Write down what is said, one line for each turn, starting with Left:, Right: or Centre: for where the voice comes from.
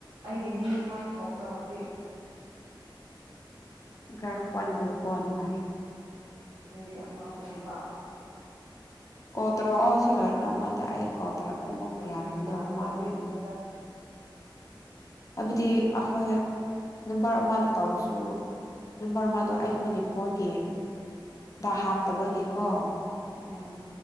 Right: ꯑꯩꯒꯤ ꯃꯤꯡ ꯃꯥꯏ ꯊꯣꯛꯄ꯭ꯔꯥ ꯍꯧꯖꯤꯛ
Left: <unintelligible>
Right: ꯑꯗꯨꯗꯤ ꯑꯃ ꯑꯗꯨꯕ
Left: ꯀꯣ ꯇꯔꯛꯑꯣ ꯁꯤꯜꯂꯣꯏꯔꯒ ꯑꯃꯗ ꯑꯩ ꯀꯣ ꯇꯔ ꯑꯃꯨꯛ
Right: ꯑꯩ
Left: ꯌꯥꯔꯝꯗꯕ
Right: ꯒ꯭ꯌꯥꯟ ꯇꯥꯗꯕ
Left: ꯃꯥꯜꯂꯦ
Right: ꯑꯗꯨꯒꯤꯅꯦꯗ
Left: ꯍꯥꯏꯕꯗꯤ ꯑꯩꯈꯣꯏ ꯅꯝꯕꯔ ꯑꯃꯗꯣ ꯇꯧꯔꯁꯨ ꯅꯝꯕꯔ ꯑꯃꯗꯣ ꯑꯩꯈꯣꯏꯒꯤ ꯐꯣꯟꯒꯤ ꯗ ꯍꯥꯞꯇꯕꯒꯤꯀꯣ
Right: ꯎꯝ